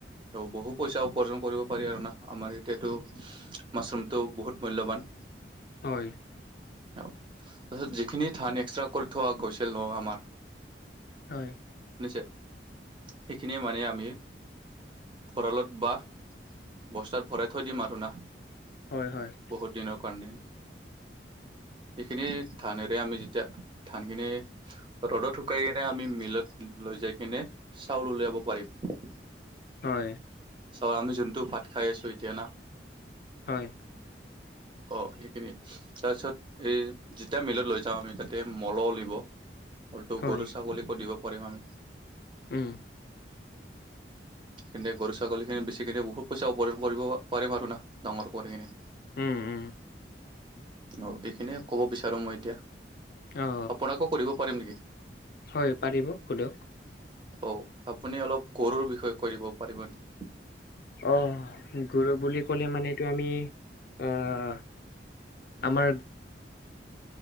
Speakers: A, on the right (about 30°); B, on the left (about 55°).
A: বহু পইচা উপাৰ্জন কৰিব পাৰি আৰু না আমাৰ এতিয়াতো মাছৰুমটো বহুত মূল্যৱান?
B: হয়
A: তাৰছত যিখিনি ধান এক্সট্ৰা কৰি থোৱা গৈছিল ন আমাৰ।
B: হয়
A: সেইখিনিয়ে মানে আমি ভঁৰালত বা বস্তাত ভৰাই থৈ দিম আৰু না।
B: হয় হয়
A: বহুত দিনৰ কাৰণে সেইখিনি ধানেৰে আমি যেতিয়া ধানখিনি ৰ'দত শুকাই কিনে আমি মিলত লৈ যাই কিনে। চাউল উলিয়াব পাৰিম?
B: হয়
A: চাও আমি যোনটো ভাত খাই আছো এতিয়া না।
B: হয়
A: অ সেইখিনি তাৰপিছত এই যে এতিয়া মিলত লৈ যাম আমি তাতে মল উলিব মলটো
B: হয়
A: গৰু ছাগলীকো দিব পাৰিম আমি?
B: উম
A: সেনে গৰু ছাগলীখিনি বেছিকিনে বহুত পইচা উপৱাৰ্জন কৰিব পাৰিম আৰু না ডাঙৰ কৰি কিনে।
B: উম উম
A: অ সেইখিনিয়ে ক'ব বিচাৰো মই এতিয়া
B: অ
A: আপোনাকো কৰিব পাৰিম নেকি
B: হয় পাৰিব সোধক
A: অ আপুনি অলপ গৰুৰ বিষয়ে কৈ দিব পাৰিব নেকি
B: অ গৰু বুলি ক'লে মানে এইটো আমি অহ আমাৰ